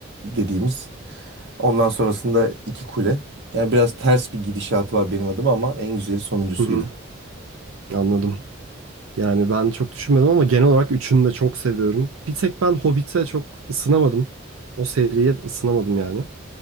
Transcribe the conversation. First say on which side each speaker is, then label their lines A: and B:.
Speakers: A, on the right (about 55°); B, on the right (about 80°).
A: dediğimiz. Ondan sonrasında iki kule. Yani biraz ters bir gidişatı var benim adıma ama en güzeli sonuncusuydu.
B: Hı hı. Anladım. Yani ben çok düşünmedim ama genel olarak üçünü de çok seviyorum. Bir tek ben Hobbit'e çok ısınamadım. O seriye ısınamadım yani.